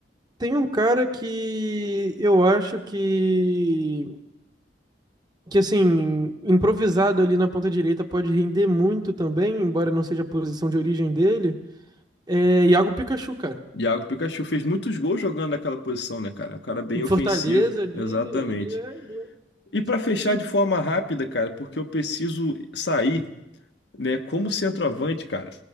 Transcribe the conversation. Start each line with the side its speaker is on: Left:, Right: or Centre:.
Right: Tem um cara que eu acho que, que assim, improvisado ali na ponta direita pode render muito também, embora não seja a posição de origem dele. É Iago Pikachu, cara.
Left: Iago Pikachu fez muitos gols jogando naquela posição, né, cara? Um cara bem
Right: Em
Left: ofensivo,
Right: Fortaleza ali,
Left: exatamente.
Right: ele é. ele é-
Left: E para fechar
Right: E...
Left: de forma rápida, cara, porque eu preciso sair, né? Como centroavante, cara,